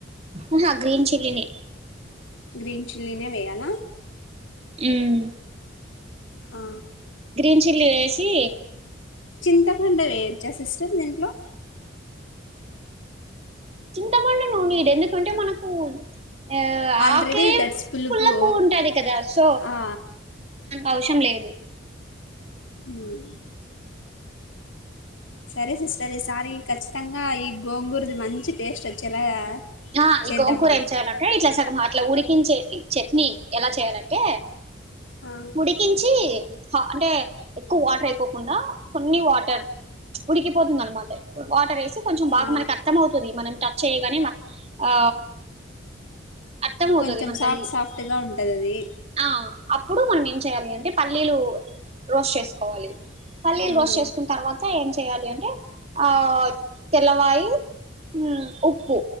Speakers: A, on the right (about 30°); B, on the left (about 80°).
A: అహా గ్రీన్ చిల్లీనే
B: గ్రీన్ చిల్లీనే వేయాల
A: ఉమ్
B: ఆ
A: గ్రీన్ చిల్లీ వేసి
B: చింతపండు వేయొచ్చా సిస్టర్ దీంట్లో
A: చింతపండు నో నీడ్ ఎందుకంటే మనకు ఆ
B: ఆల్రెడీ
A: ఆకే
B: దట్స్ పులుపు
A: పుల్లపూ ఉంటది కదా సో
B: ఆ
A: అవసరం లేదు
B: ఉమ్ సరే సిస్టర్ ఈ సారి ఖచ్చితంగా ఈ గోంగూరది మంచి టేస్ట్ వచ్చేలా
A: ఆ
B: చేద్దాము
A: ఈ గోంకూర ఏం చేయాలంటే ఇట్లా సగం అట్లా ఊడికి ఉడికించే చట్నీ ఎలా చేయాలంటే
B: ఆ
A: ఉడికించి అంటే ఎక్కువ వాటర్ అయిపోకుండా కొన్ని వాటర్ ఉడికిపోతుంది అన్నమాట వాటర్ వేసి కొంచెం బాగా
B: ఆ
A: మనకి అర్థం అవుతది మనం టచ్ చేయగానే ఆ అర్థంమవుతది
B: కొంచెం
A: మనకది
B: సాఫ్ట్ సాఫ్ట్గా ఉంటది అది
A: ఆ అప్పుడు మన ఏం చేయాలింటే పల్లీలు రోస్ట్ చేసుకోవాలి. పల్లీలు
B: ఉమ్
A: రోస్ట్ చేకున్న తరువాత ఏం చేయాలి అంటే ఆ తెల్లవాయి ఉ ఉప్పు